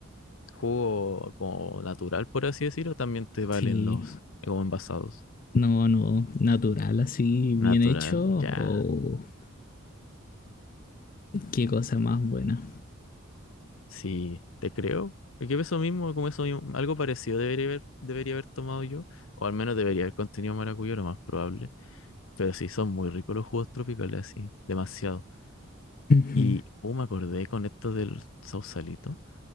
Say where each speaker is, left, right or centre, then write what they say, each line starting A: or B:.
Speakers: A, on the left; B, on the left.
A: Jugo como natural, por así decirlo, también te valen
B: Sí,
A: los como envasados.
B: no, no, natural así, bien
A: Natural,
B: hecho
A: ya.
B: o qué cosa más buena.
A: Sí, te creo. Porque eso mismo, como eso mismo, algo parecido debería haber, debería haber tomado yo. O al menos debería haber contenido maracuyá, lo más probable. Pero sí, son muy ricos los jugos tropicales, así, demasiado.
B: Ujú.
A: Y, oh, me acordé con esto del sausalito.